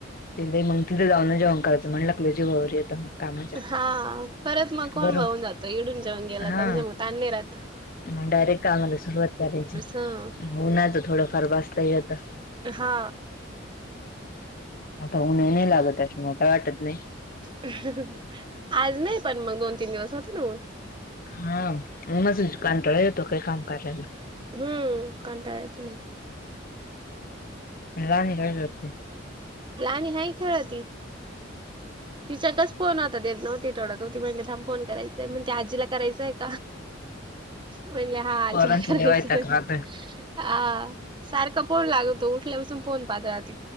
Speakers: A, on the left; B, on the right.
A: त मग तिथं जाऊं जेंण कयचं म्हण लागलं जीवरलीता मग कामाच्या
B: हा परत मग कोण
A: गरम
B: बऊून जातो इडून जेवण गेला का
A: हा
B: म्हणजे मग ताणे राहात
A: मग डायरेक्ट कामाला सुरुवात करायची
B: हं
A: होनच थोडंफार बस्त होतं
B: हा
A: आता उनही नाही लागत त्याच्यामुळे काय वाटत नाही
B: आज नाही पण मग दोन तीन दिवस होत नान
A: हा म माझ कांटाळा येतो काही काम करायला
B: हम्म कंटाळेत
A: लाहान कायगते
B: लाणी हा खेळ त तिच्याकच फोन होता देत नव्हती टोडत होती म्हणले थांब फोन करायचंय मग त ते आजीला करायचंय का म्हणले हा आजीला
A: पोरांचा
B: करायचं
A: लय वैताग राहतोय
B: अ सारखा फोन लागतो उठल्यापासून फोन पात्रात